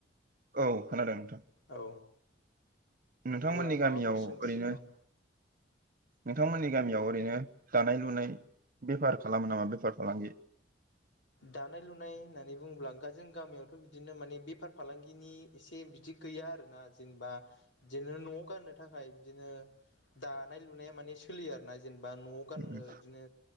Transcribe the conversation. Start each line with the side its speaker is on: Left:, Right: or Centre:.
Right: औ खोनादों नोंथां।
Left: औ
Right: नोंथांमोननि
Left: अब्ला
Right: गामियाव
Left: माबाफोर
Right: ओरैनो
Left: सोंथि औ
Right: नोंथांमोननि गामियाव ओरैनो दानाय लुनाय बेफार खालामो नामा बेफार फालांगि
Left: दानाय लुनाय होननानै बुङोब्ला जों गामियावथ' बिदिनो माने बेफार फालांगिनि एसे बिदि गैया आरोना जेनेबा बिदिनो न'आव गाननो थाखाय बिदिनो दानाय लुनाया माने सोलियो आरोना जेनेबा न' गाननो
Right: उम
Left: इदिनो